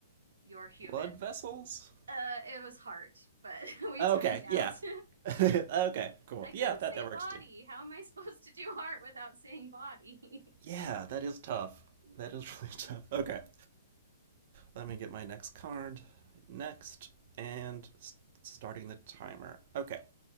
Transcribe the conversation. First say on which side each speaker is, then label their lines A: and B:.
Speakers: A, on the right (about 75°); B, on the right (about 50°).
A: your human.
B: Blood vessels?
A: Uh, it was hard, but <laughs> we
B: Okay,
A: timed
B: yeah.
A: out.
B: <laughs> okay,
A: <laughs>
B: cool.
A: I couldn't
B: Yeah, that,
A: say
B: that
A: body.
B: works too.
A: How am I supposed to do art without saying body? <laughs>
B: Yeah, that is tough.
A: Oh.
B: That is <laughs> really tough. Okay, let me get my next card. Next, and s- starting the timer. Okay,